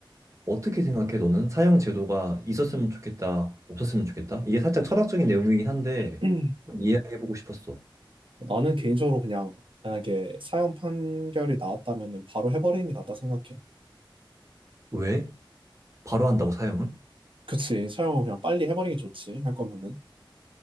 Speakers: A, on the right; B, on the right.
A: 어떻게 생각해? 너는 사형 제도가 있었으면 좋겠다, 없었으면 좋겠다? 이게 살짝 철학적인 내용이긴 한데
B: <clears throat>
A: 한번 이해해보고 싶었어.
B: 나는 개인적으로 그냥, 만약에 사용 판결이 나왔다면은 바로 해버리는 게 낫다 생각해.
A: 왜? 바로 한다고 사형을?
B: 그치. 사용을 그냥 빨리 해버리는 게 좋지. 할 거면은.